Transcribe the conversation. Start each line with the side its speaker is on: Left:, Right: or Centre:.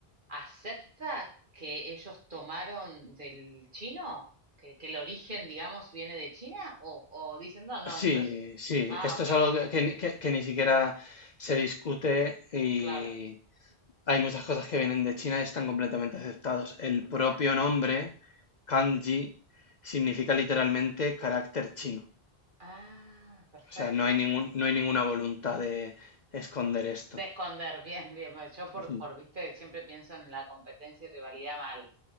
Right: acepta que ellos tomaron del chino? ¿Que, que el origen, digamos, viene de China? ¿O, o dicen, no, no,
Left: Sí,
Right: esto es...
Left: sí,
Right: Ah,
Left: esto
Right: ok,
Left: es
Right: eh,
Left: algo que, que ni que- que ni siquiera se discute y
Right: claro,
Left: hay muchas cosas que vienen de China y están completamente aceptados. El
Right: bien.
Left: propio nombre, kanji, significa literalmente carácter chino.
Right: Ah, perfecto.
Left: O sea, no hay, ningún, no hay ninguna voluntad de esconder esto.
Right: De esconder, bien, bien. bueno, Yo por,
Left: Ujú.
Right: por, viste, siempre pienso en la competencia y rivalidad mal.